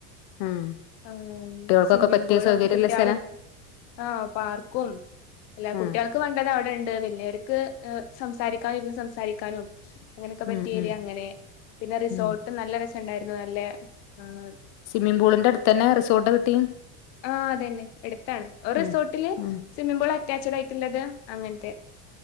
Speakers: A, on the left (about 55°); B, on the left (about 80°).
A: ഉം
B: ആഹ്
A: കുട്ടികൾക്കൊക്കെ
B: സ്വിമിംഗ്
A: പറ്റിയ
B: പൂളും
A: സൗകര്യള്ള
B: കുട്ടികളും
A: സ്ഥലാ
B: ആഹ് പാർക്കും എല്ലാം
A: ഉം
B: കുട്ടികൾക്ക് വേണ്ടത് അവിടെ ഉണ്ട് വെ വല്യോർക്ക് സംസാരിക്കാനും ഇരുന്ന് സംസാരിക്കാനും അങ്ങനെയൊക്കെ പറ്റിയ
A: ഉം
B: ഏരിയ
A: ഉം
B: അങ്ങനെ പിന്നെ റിസോർട്ടും
A: ഉം
B: നല്ല രസം ഉണ്ടായിരുന്നു നല്ലെ ആഹ്
A: സ്വിമ്മിംഗ് പൂളിന്റെ അടുത്ത് തന്നെ റിസോർട്ട് കിട്ടി
B: ആഹ് അതന്നെ അടുത്താണ് ഒരു റിസോർട്ടില്
A: ഉം ഉം
B: സ്വിമ്മിംഗ് പൂൾ അറ്റാച്ചഡ് ആയിട്ടുള്ളതാ അങ്ങനത്തെ